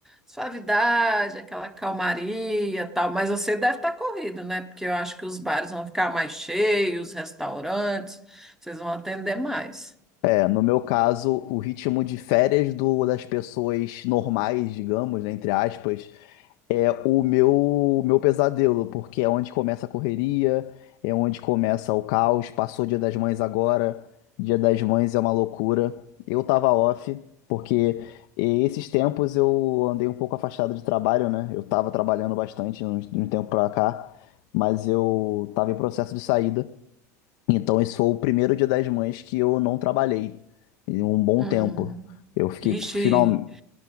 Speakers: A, in the centre; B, on the left.
A: suavidade, aquela calmaria, e tal. Mas você deve estar corrido, né? Porque eu acho que os bares vão ficar mais cheios, os restaurantes, vocês vão atender mais.
B: É, no meu caso, o ritmo de férias do, das pessoas normais, digamos, né, entre aspas, É o meu, meu pesadelo, porque é onde começa a correria, é onde começa o caos. Passou o Dia das Mães agora, Dia das Mães é uma loucura. Eu tava off, porque eh, esses tempos eu andei um pouco afastado de trabalho, né? Eu tava trabalhando bastante de um de um tempo pra cá, mas eu tava em processo de saída. Então esse foi o primeiro Dia das Mães que eu não trabalhei em um bom
A: Hum.
B: tempo. Eu fiquei
A: Ixi,
B: final...